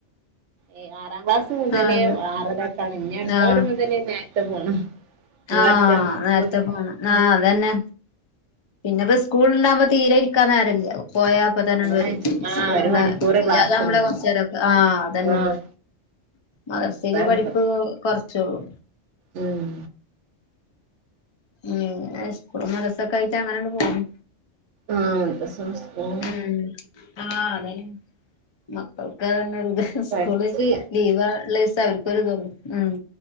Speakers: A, on the right (about 75°); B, on the left (about 30°).
A: ഏ ആറാം ക്ലാസ് മുതലേ
B: ആഹ്
A: ആറരക്കാണ് ഇഞ്ഞി അടുത്ത
B: ആഹ്
A: <unintelligible> മുതലേ നേരത്തെ പോണം ഈ
B: ആഹ്
A: വർഷം
B: നേരത്തെ
A: കൂടുണ്ടാവും
B: പോണം ആഹ് അതന്നെ പിന്നെപ്പോ സ്കൂള് ണ്ടാവുമ്പോ തീരെ ഇരിക്കാൻ നേരല്ല പോയാ പ്പത്തന്നണ്ട്
A: ഏഹ്
B: വെരും
A: ആഹ്
B: സ്കൂൾ
A: ഒരു
B: ണ്ടാ
A: മണിക്കൂറ്
B: ഇല്ലാതാമ്പളെ
A: ക്ലാസ്ണ്ട്
B: കൊറച്ച് നേരൊക്കെ ആഹ് അതന്നെ
A: ആഹ്
B: മദർസയിലെ
A: അതാണ്
B: പഠിപ്പ്
A: പ്രശ്നം
B: കുറച്ചള്ളു
A: ഉം
B: ഉം എ മദർസൊക്കെ ആയിട്ട് അങ്ങനെയണ്ട് പോണൂ
A: ആഹ് മദ്രസും സ്കൂളും
B: ഉം ആഹ് അതെ മക്കൾക്കതന്നെ ഒരു ഇത്
A: പഠിച്ച്
B: സ്കൂള് ലീവ ഉള്ളിസ അവർക്കരുതൊള്ളൂ ഉം